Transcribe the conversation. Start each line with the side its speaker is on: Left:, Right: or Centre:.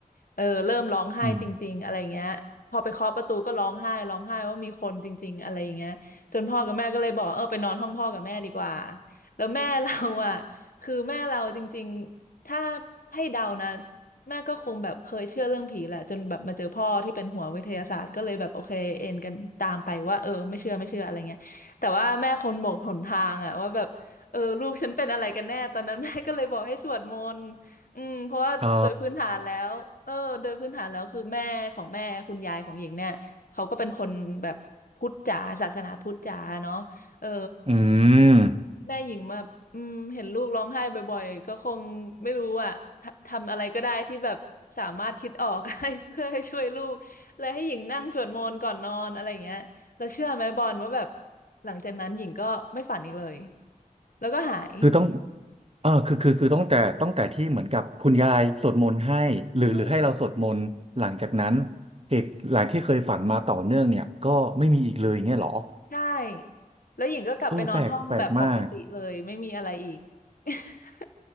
Left: เออเริ่มร้องไห้จริงๆอะไรเงี้ยพอไปเคาะประตูก็ร้องไห้ร้องไห้ว่ามีคนจริงๆอะไรอย่างเงี้ยจนพ่อกับแม่ก็เลยบอกเออไปนอนห้องพ่อกับแม่ดีกว่า
Right: ออืม
Left: แล้วแม่เราอ่ะคือแม่เราจริงๆถ้าให้เดานะ แม่ก็คงแบบเคยเชื่อเรื่องผีแหละจนแบบมาเจอพ่อที่เป็นหัววิทยาศาสตร์ก็เลยแบบโอเคเอ็นกันตามไปว่าเออไม่เชื่อไม่เชื่ออะไรเงี้ยแต่ว่าแม่คงหมกหนทางอะว่าแบบเออลูกฉันเป็นอะไรกันแน่ตอนนั้น <laughs> แม่ก็เลยบอกให้สวดมนต์อืมเพราะว่าโดยพื้นฐานแล้วเออโดยพื้นฐานแล้วคือแม่ของแม่คุณยายของหญิงเนี่ยเขาก็เป็นคนแบบพุทธจ๋าศาสนาพุทธจ๋าเนาะเออ
Right: อ๋ออืม
Left: แม่หญิงแบบอืมเห็นลูกร้องไห้บ่อยๆก็คงไม่รู้อ่ะทำทำอะไรก็ได้ที่แบบสามารถคิดออก <laughs> ให้ <laughs> เพื่อให้ช่วยลูกเลยให้หญิงนั่งสวดมนต์ก่อนนอนอะไรอย่างเงี้ยแล้วเชื่อไหมบอลว่าแบบหลังจากนั้นหญิงก็ไม่ฝันอีกเลยแล้วก็หาย
Right: คือต้อง เออคือคือคือตั้งแต่ตั้งแต่ที่เหมือนกับคุณยายสวดมนต์ให้หรือหรือให้เราสวดมนต์หลังจากนั้น
Left: อืม
Right: เหตุหลังที่เคยฝันมาต่อเนื่องเนี่ยก็ไม่มีอีกเลยเงี้ยเหรอ
Left: ใช่แล้วหญิงก็กลับไปนอนห้องแบบปกติเลยไม่มีอะไรอีก
Right: เออแปลกแปลกมาก
Left: <laughs>